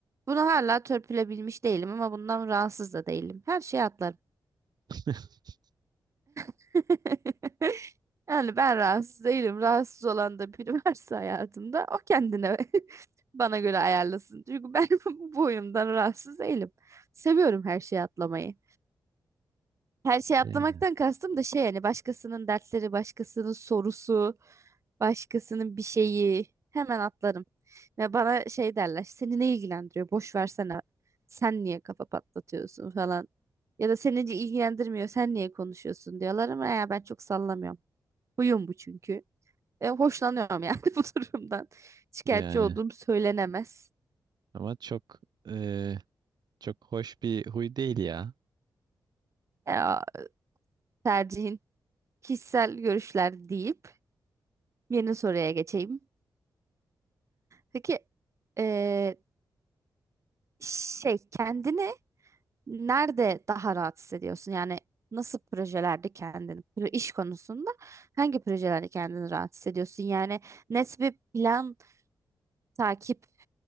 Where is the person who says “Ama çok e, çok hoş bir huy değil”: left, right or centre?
Right